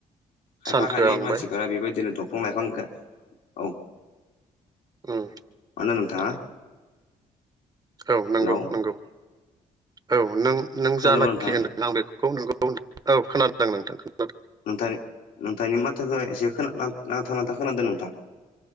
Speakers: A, on the left; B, on the right.
A: खायफा
B: सानखोआ
A: खायनै
B: लांबाय
A: मानसिफोरा बेबायदिनो दंफं लाइफां गाय औ
B: उम
A: मानो नोंथाङा
B: नंगौ औ नंगौ
A: हेलौ
B: नंगौ औ नों नों
A: खोनादोंबा
B: जानाखि
A: नोंथां
B: होनदों आं बेखौ नोंगौ औ खोनादों नोंथां खोनादों
A: नोंथां नोंथांनि माथोखो एसे खोना नांथा नांथा खोनादों नोंथां